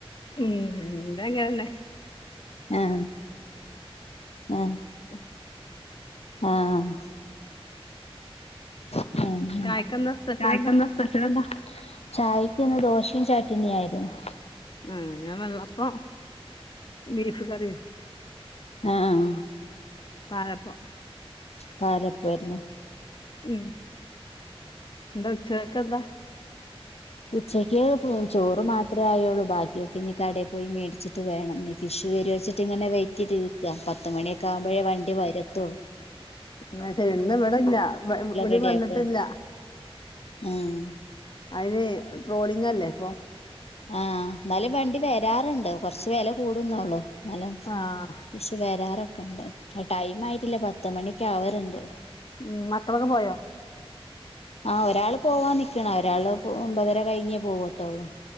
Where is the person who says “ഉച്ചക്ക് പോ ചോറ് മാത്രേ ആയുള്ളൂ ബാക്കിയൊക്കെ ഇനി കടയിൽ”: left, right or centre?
Left